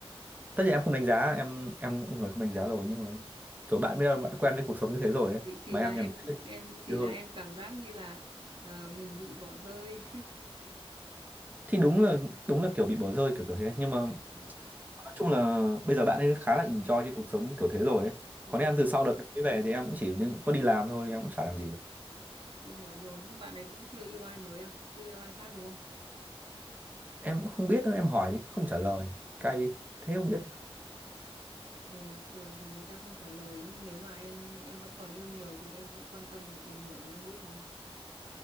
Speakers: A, on the right; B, on the right.
A: tất nhiên em không đánh giá em em cũng là người không đánh giá rồi nhưng mà kiểu bạn bây giờ bạn quen với cuộc sống như thế rồi ấy
B: chỉ chỉ
A: mà
B: là
A: em
B: em
A: nhầm
B: em chỉ
A: nhiều
B: là
A: hơn
B: em cảm giác như là ờ, mình bị bỏ rơi
A: thì đúng là đúng là kiểu bị bỏ rơi kiểu kiểu thế nhưng mà
B: <laughs> ừ,
A: nói chung là bây giờ bạn ấy khá là enjoy cái cuộc sống kiểu thế rồi ấy
B: rồi
A: còn em từ sau đợt đấy về thì em cũng chỉ như- có đi làm thôi em cũng chả làm gì cả.
B: chị hiểu rồi nhưng bạn ấy cũng chưa yêu ai mới à chưa yêu ai khác đúng không
A: em cũng không biết nữa em hỏi thì không trả lời cay thế không biết
B: ừ, thường thì người ta không trả lời nhưng nếu mà em em vẫn còn yêu nhiều thì em sẽ quan tâm và tìm hiểu và em biết mà